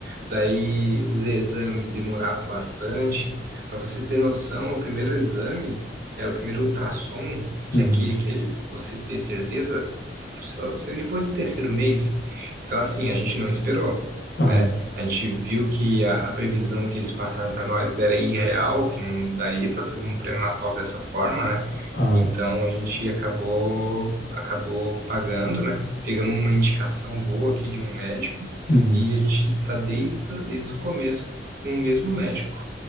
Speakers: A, on the right; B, on the left.
A: daí os exames demoravam bastante. Para você ter noção, o primeiro exame, que era o primeiro ultrassom, que
B: Uhum.
A: é aquele que você ter certeza, só saiu depois do terceiro mês. Então, assim, a gente não esperou
B: Aham.
A: né? A gente viu que a, a previsão que eles passaram para nós era irreal, que não daria para fazer um pré-natal dessa forma, né?
B: Aham.
A: Então a gente acabou acabou pagando, né? Pegamos uma indicação boa aqui de um médico
B: Uhum.
A: e a gente está desde, desde o começo com o mesmo médico,